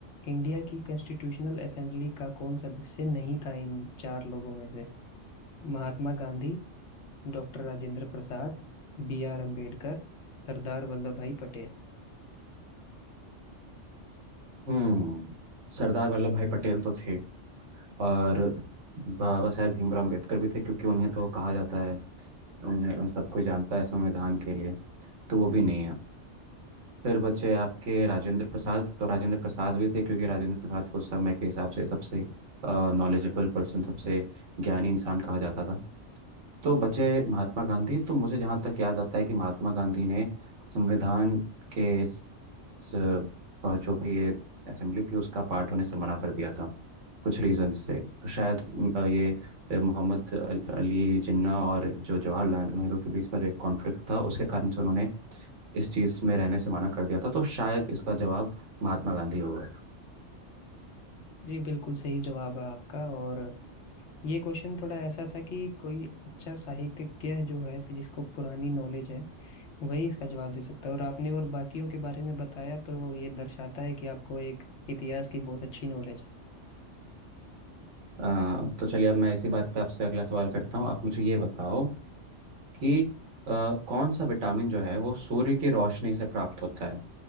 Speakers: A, on the left; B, on the right.
A: इंडिया की कॉन्स्टिट्यूशनल असेंबली का कौन सदस्य नहीं था इन चार लोगों में से Mahatma Gandhi doctor Rajendra Prasad B R Ambedkar Sardar Vallabhbhai Patel
B: हम्म सरदार वल्लभ भाई पटेल तो थे और बाबा साहेब भीमराव अम्बेडकर भी थे क्योंकि उन्हें तो कहा जाता है उन्हें उन सबको जानता है संविधान के लिए तो वो भी नहीं है फिर बचे आपके राजेंद्र प्रसाद तो राजेंद्र प्रसाद भी थे क्योंकि राजेंद्र प्रसाद को उस समय के हिसाब से सबसे नॉलेजेबल पर्सन सबसे ज्ञानी इंसान कहा जाता था तो बचे महात्मा गांधी तो मुझे जहाँ तक याद आता है कि महात्मा गांधी ने संविधान के इस इस, अ, जो भी ये असेंबली थी उसका पार्ट होने से मना कर दिया था कुछ रीजन से शायद अ, ये अ, मोहम्मद अल- अली जिन्ना और जो जवाहरलाल नेहरू के बीच का जो एक कॉन्फ्लिक्ट था उसके कारण से उन्होंने इस चीज़ में रहने से मना कर दिया था तो शायद इसका जवाब महात्मा गांधी होगा
A: जी बिल्कुल सही जवाब है आपका और ये क्वेश्चन थोड़ा ऐसा था कि कोई अच्छा साहित्यज्ञ जो है कि जिसको पुरानी नॉलेज है वही इसका जवाब दे सकता है और आपने और बाकियों के बारे में बताया तो ये दर्शाता है कि आपको एक इतिहास की बहुत अच्छी नॉलेज है
B: अ, तो चलिए अब मैं इसी बात पे आपसे अगला सवाल करता हूँ आप मुझे ये बताओ कि अ, कौन सा विटामिन जो है वो सूर्य की रोशनी से प्राप्त होता है